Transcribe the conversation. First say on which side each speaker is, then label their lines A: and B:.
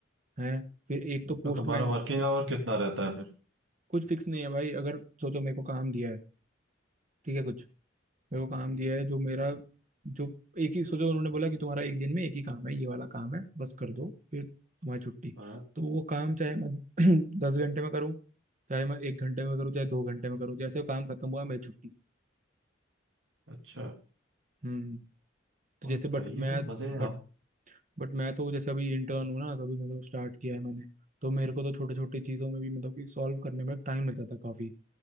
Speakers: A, on the right (about 40°); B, on the right (about 75°).
A: हैं फिर एक तो पोस्टमैन
B: तो तुम्हारा वर्किंग आवर कितना रहता है फिर
A: कुछ फिक्स नहीं है भाई अगर सोचो मेरे को काम दिया है ठीक है कुछ मेरे को काम
B: हम्म।
A: दिया है जो मेरा जो एक ही सोचो उन्होंने बोला कि तुम्हारा एक दिन में एक ही काम है ये वाला काम है बस कर दो फिर तुम्हारी छुट्टी
B: हाँ
A: तो वो काम चाहे मैं <clears throat> दस घंटे में करूँ चाहे मैं एक घंटे में करूँ चाहे दो घंटे में करूँ जैसे काम खत्म हुआ मेरी छुट्टी
B: अच्छा
A: हम्म तो
B: बहुत
A: जैसे
B: सही
A: बट
B: है
A: मैं
B: फिर मजे हैं
A: बट
B: आप
A: बट मैं तो जैसे अभी इंटर्न हूँ ना कभी मतलब स्टार्ट किया है मैंने तो मेरे को तो छोटे छोटे चीज़ों में भी मतलब कि सॉल्व करने में टाइम लग जाता है काफ़ी